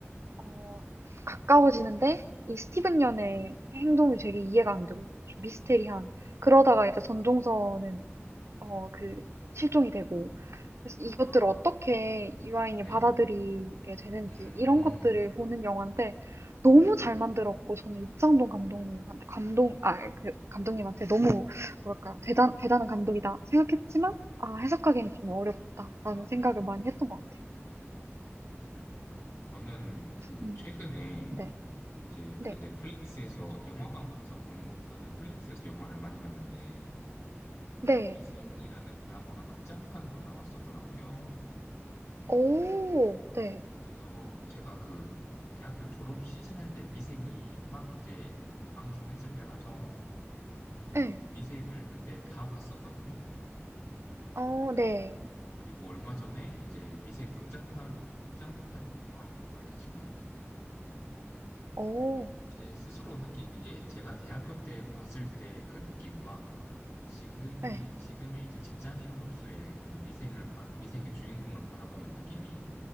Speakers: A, on the right; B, on the left.
A: 어, 가까워지는데 이 스티븐 연의 행동이 되게 이해가 안 되고 좀 미스테리한 그러다가 이제 전종서는 어, 그 실종이 되고 그래서 이것들을
B: 아,
A: 어떻게 유아인이
B: 네.
A: 받아들이게 되는지
B: 음,
A: 이런 것들을 보는 영화인데 너무
B: 네.
A: 잘 만들었고 저는 이창동 감독님한테 감동 아 그 감독님한테 너무 뭐랄까 대단 대단한 감독이다 생각했지만 아 해석하기엔 좀 어렵다라는
B: 아,
A: 생각을 많이 했던 것 같아요.
B: 저는 그
A: 음,
B: 최근에
A: 네,
B: 이제
A: 네,
B: 그 넷플릭스에서 영화관 가서 보는 것보다 넷플릭스에서 영화를 많이 봤는데
A: 네,
B: 미생이라는 드라마가 극장판으로 나왔었더라고요.
A: 오, 네,
B: 그래서 제가 그 대학교 졸업 시즌 할 때 미생이 막 이제 방송했을 때라서 그
A: 네,
B: 미생을 그때 다 봤었거든요.
A: 어,
B: 근데
A: 네,
B: 그리고 얼마 전에 이제 미생 극장판, 극장판이 있어가지고 다시 봤는데,
A: 오,
B: 제 스스로 느끼기에 제가 대학교 때 봤을 때 그 느낌과 지금이,
A: 네,
B: 지금의 이제 직장인으로서의 그 미생을, 봐- 미생의 주인공을 바라보는 느낌이